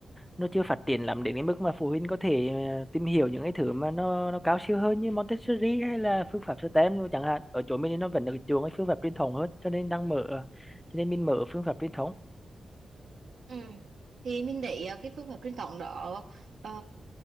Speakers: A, in the centre; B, on the right.
A: nó chưa phát triển lắm đến cái mức mà phụ huynh có thể ờ, tìm hiểu những cái thứ mà nó nó cao siêu hơn như Montessori hay là phương pháp STEM luôn chẳng hạn ở chỗ mình thì nó vẫn được chuộng cái phương pháp truyền thống hơn cho nên đang mở cho nên mình mở phương pháp truyền thống
B: Ừ. Thì mình thấy ờ, cái phương pháp truyền thống đó ờ,